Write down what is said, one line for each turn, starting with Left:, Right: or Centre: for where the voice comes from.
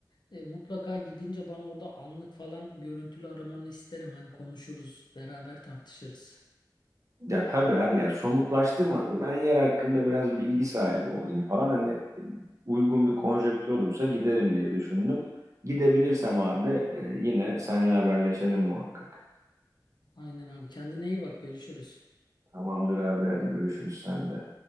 Left: E, mutlaka gidince bana orada anlık falan görüntülü aramanı isterim. Hani konuşuruz, beraber tartışırız.
Right: Ya tabii abi ya somutlaştırmadım. Ben yer hakkında biraz bilgi sahibi olayım falan. Hani uygun bir konjektür olursa giderim diye düşündüm. Gidebilirsem abi e, yine seninle haberleşelim muhakkak.
Left: Aynen abi. Kendine iyi bak. Görüşürüz.
Right: Tamamdır abi hadi görüşürüz sen de.